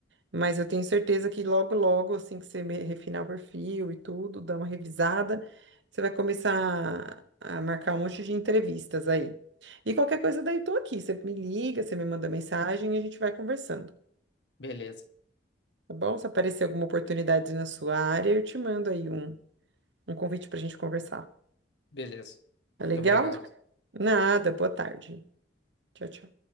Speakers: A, on the right (about 80°); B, on the left (about 70°).
A: Mas eu tenho certeza que logo, logo, assim que você me- refinar o perfil e tudo, dar uma revisada, você vai começar a a marcar um monte de entrevistas aí. E qualquer coisa daí, tô aqui. Você me liga, você me manda mensagem e a gente vai conversando,
B: beleza.
A: tá bom? Se aparecer alguma oportunidade na sua área, eu te mando aí um, um convite pra gente conversar.
B: Beleza.
A: Tá legal?
B: Muito obrigado.
A: Nada, boa tarde. Tchau, tchau.